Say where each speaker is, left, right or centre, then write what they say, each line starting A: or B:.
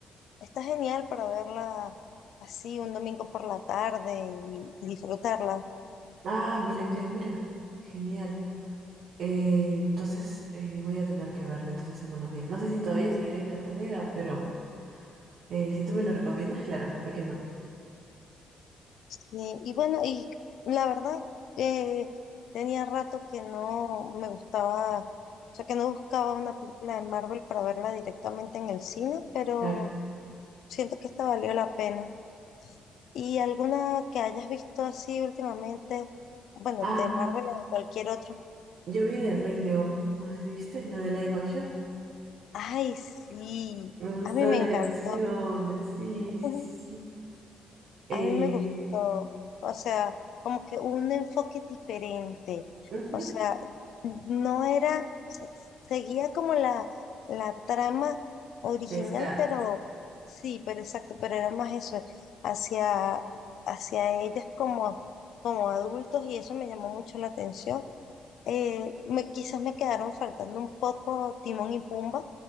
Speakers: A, on the left; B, on the right.
A: está genial para verla así un domingo por la tarde y, y disfrutarla.
B: Ah, mira, mira, mira. Genial. Eh, entonces eh, voy a tener que verla entonces en unos días. No sé si todavía seguiré en cartelera, pero eh, si tú me lo recomiendas, claro, ¿por qué no?
A: Y, y bueno, y la verdad que tenía rato que no me gustaba, o sea, que no buscaba una película de Marvel para verla directamente en el cine, pero
B: Claro.
A: siento que esta valió la pena. ¿Y alguna que hayas visto así últimamente? Bueno,
B: Ah,
A: de Marvel o de cualquier otro.
B: yo vi del Rey León. No sé si viste, la de live action.
A: Ay, sí,
B: Me gustó
A: a mí me
B: la
A: encantó,
B: canción. Sí,
A: <laughs>
B: sí, sí, sí. Eh,
A: a mí me gustó, o sea, como que un enfoque diferente,
B: ujú.
A: o sea, no era, o sea, seguía como la, la trama original,
B: de Scar.
A: pero sí, pero exacto, pero era más eso, hacia, hacia ellas como, como adultos y eso me llamó mucho la atención. Eh, me, quizás me quedaron faltando un poco Timón y Pumba